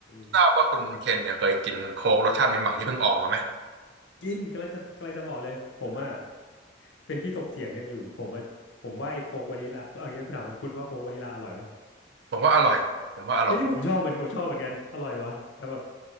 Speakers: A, on the left; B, on the right.
A: อ
B: ทราบว่าคุณเคนเนี่ยเคยกินโค้กรสชาติใหม่ๆที่เพิ่งออกมาไหม
A: กินกำลังจะกำลังจะบอกเลยผมอ่ะเป็นที่ถกเถียงกันอยู่ผมว่าผมว่าไอ้โค้กวานิลาเอาอย่างนี้คุณถามคุณว่าโค้กวานิลาอร่อยปะ
B: ผมว่าอร่อยผมว่าอร่อย
A: เฮ้ยผมชอบเหมือนผมชอบเหมือนกันอร่อยวะแต่แบบ